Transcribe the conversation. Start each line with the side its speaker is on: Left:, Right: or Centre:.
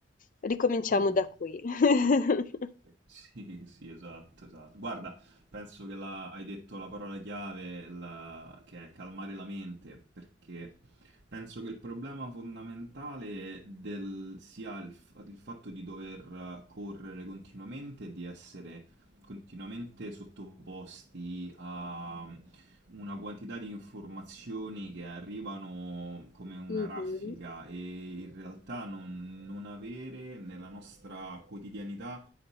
Left: ricominciamo
Right: Mm, mm.
Left: da qui". <laughs>
Right: Sì, sì, esatto, esatto. Guarda, penso che la- hai detto la parola chiave, la- che è calmare la mente, perché penso che il problema fondamentale del- sia il, f- il fatto di dover correre continuamente e di essere continuamente sottoposti a mm, una quantità di informazioni che arrivano come una
Left: Mh-mh.
Right: raffica e in realtà non, non avere nella nostra quotidianità